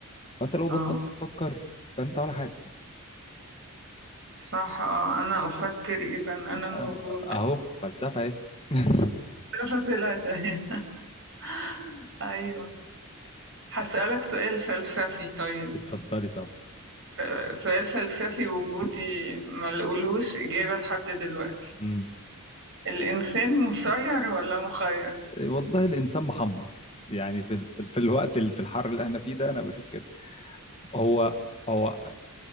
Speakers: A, on the left; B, on the right.
A: فانت لو بطلت
B: اه
A: تفكر فانت ولا حاجة
B: صح اه أنا أفكر إذا أنا موجود
A: أنا اهو فلسفة اهي <laughs>
B: ثلاثة ثلاثة <laughs> أيوة هسألك سؤال فلسفي طيب
A: اتفضلي طب
B: س- سؤال فلسفي وجودي ما لقولهوش إجابة لحد دلوقتي
A: مم.
B: الإنسان مسير ولا مخير؟
A: والله الانسان محمر يعني في ال... في الوقت اللي في الحر اللي احنا فيه ده انا بشوف كده هو هو